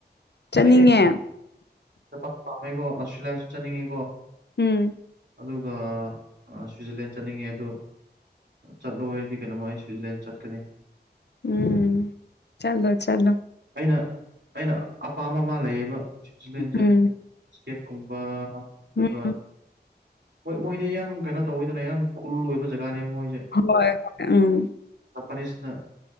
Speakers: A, on the left; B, on the right.
A: ꯆꯠꯅꯤꯡꯉꯦ
B: ꯑꯩ ꯑꯩ ꯖꯄꯥꯟ ꯄꯥꯞꯃꯦꯒꯣ ꯑꯣꯁꯇꯦꯂꯤꯌꯥꯁꯨ ꯆꯠꯅꯤꯡꯉꯦꯀꯣ
A: ꯎꯝ
B: ꯑꯗꯨꯒ ꯁ꯭ꯋꯤꯖꯔꯂꯦꯟ ꯆꯠꯅꯤꯡꯉꯦ ꯑꯗꯨ ꯆꯠꯂꯣ ꯍꯥꯏꯗꯤ ꯀꯩꯅꯣꯃꯥꯏ ꯁ꯭ꯋꯤꯖꯔꯂꯦꯟ ꯆꯠꯀꯅꯤ
A: ꯎꯝ ꯆꯠꯂꯣ ꯆꯠꯂꯣ
B: ꯑꯩꯅ ꯑꯩꯅ ꯑꯄꯥꯝꯕ ꯑꯃꯥ ꯂꯩꯌꯦꯕ ꯁ꯭ꯋꯤꯖꯔꯂꯦꯟꯁꯦ
A: ꯎꯝ
B: ꯏꯁꯀꯦꯞ ꯀꯨꯝꯕ ꯂꯒ
A: ꯎꯝ
B: ꯍꯣꯏ ꯃꯣꯏꯗꯤ ꯌꯥꯝ ꯀꯩꯅꯣ ꯇꯧꯋꯤꯗꯅ ꯌꯥꯝ ꯈꯨꯜ ꯑꯣꯏꯕ ꯖꯒꯥꯅꯦꯕ ꯃꯣꯏꯁꯦ
A: ꯍꯣꯏ ꯍꯣꯏ ꯎꯝ
B: ꯖꯄꯥꯅꯤꯁꯅ